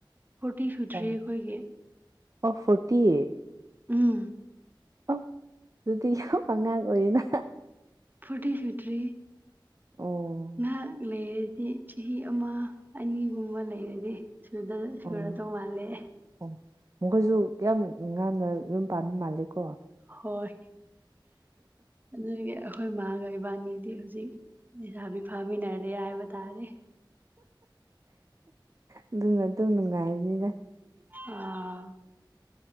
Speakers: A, on the right (about 25°); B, on the right (about 40°).
A: ꯐꯣꯔꯇꯤ ꯁꯨꯗ꯭ꯔꯤꯌꯦ
B: ꯑꯧ
A: ꯑꯩꯈꯣꯏꯒꯤ
B: ꯑꯣ ꯐꯣꯔꯇꯤ
A: ꯎꯝ
B: ꯑꯣ ꯑꯗꯨꯗꯤ ꯌꯥꯝ ꯑꯉꯥꯡ ꯑꯣꯏꯔꯤꯅ
A: ꯐꯣꯔꯇꯤ ꯁꯨꯗ꯭ꯔꯤꯌꯦ
B: ꯑꯣ
A: ꯉꯥꯏꯍꯥꯛ ꯂꯩꯔꯗꯤ ꯆꯍꯤ ꯑꯃ ꯑꯅꯤꯒꯨꯝꯕ ꯂꯩꯔꯗꯤ ꯁꯨꯗꯧ ꯁꯨꯔꯗꯧ
B: ꯑꯣ
A: ꯃꯥꯜꯂꯦ
B: ꯑꯣ ꯃꯈꯣꯏꯁꯨ ꯀꯌꯥꯝ ꯉꯥꯟꯅ ꯌꯨꯝ ꯄꯥꯟꯕ ꯃꯥꯜꯂꯦ ꯀꯣ
A: ꯍꯣꯏ ꯑꯗꯨꯒꯤ ꯑꯩꯈꯣꯏ ꯃꯥꯒ ꯏꯕꯥꯅꯤꯗꯤ ꯍꯧꯖꯤꯛ ꯂꯩꯁꯥꯕꯤ ꯐꯥꯃꯤꯟꯅꯔꯦ ꯍꯥꯏꯕ ꯇꯥꯔꯦ
B: ꯑꯗꯨꯅ ꯑꯗꯨꯝ ꯅꯨꯡꯉꯥꯏꯕꯅꯤꯗ
A: ꯑꯥ